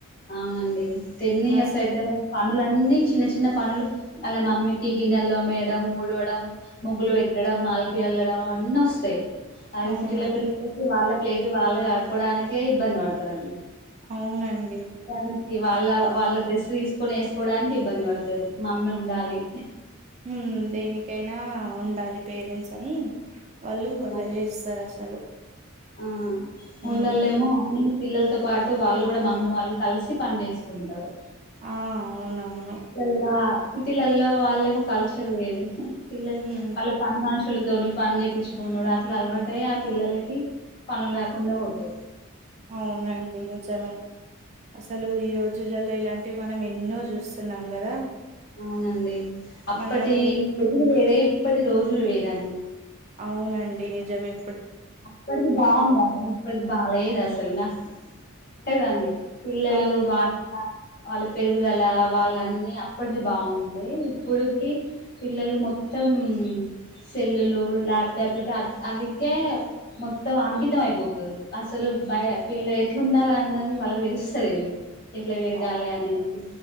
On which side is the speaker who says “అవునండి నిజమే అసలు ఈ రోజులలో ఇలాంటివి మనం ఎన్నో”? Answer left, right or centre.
Right